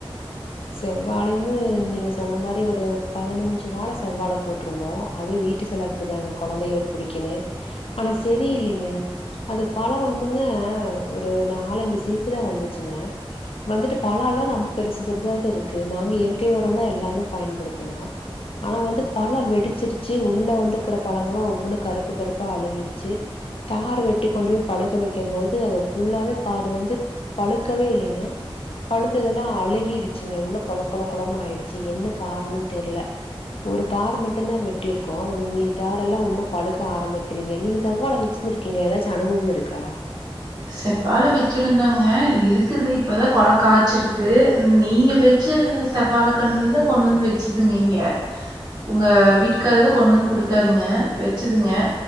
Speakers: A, on the left (about 70°); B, on the right (about 40°).
A: செவ்வாழைமு நீங்க சொன்ன மாரி ஒரு பதனஞ்சு வாழ செவ்வாழ போட்ருந்தோ அது வீட்டு செலவுக்கு தாங்க கொழந்தைகளுக்கு புடிக்குனு ஆனா செரி இல்லைங்க அது பழ வந்துங்க ஒரு நாலஞ்சு சீப்பு தா வந்துச்சுங்க வந்துட்டு பழ எல்லா ரொம்ப பெருசு ருசாதா இருக்கு நாங்க இயற்கை உரந்தா எல்லாமே பயன்படுத்துனோ ஆனா வந்து பழ வெடிச்சுருச்சு உள்ள வந்து இக்குற பழமெலா கூட ஓவ்வொன்னு கருப்பு கருப்பா அழுகிடுச்சி தாரு வெட்டி கொண்டு போய் பழுக்கவெக்கும்போது அது ஃபுல்லாவே பாதி வந்து பழுக்கவே இல்லைங்க பழுத்ததெலா அழுகி டுச்சுங்க உள்ள கொல கொல கொலன்னு ஆயிடுச்சு என்ன காரணன்னு தெர்ல ஒரு தார் மட்டுந்தா வெட்டிருக்கோ உனி மீதி தாரெல்லா இன்னு பழுக்க ஆரம்பிக்லிங்க நீங்க செவ்வாழ வெச்சிருந்ருக்கிங்ளா எதாச்சி அனுபவமிருக்கா
B: செவ்வாழ வெச்சிருந்தங்க இருக்குது இப்பதா கொல காச்சிருக்குது நீங்க வெச்ச செவ்வாழ கண்ணுலதா கொண்டு வந்து வெச்சுதுங் இங்க உங்க வீட்டுக்காரதா கொண்டு வந்து குடுத்தாருங்க வெச்சுதுங்க